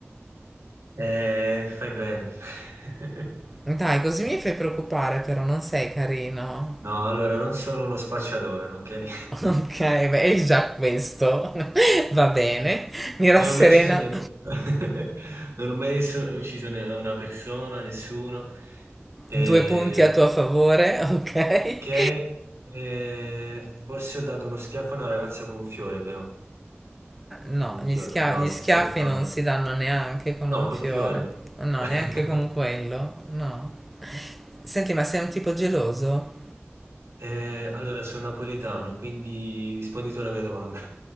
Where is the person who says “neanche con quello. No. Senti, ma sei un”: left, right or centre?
Centre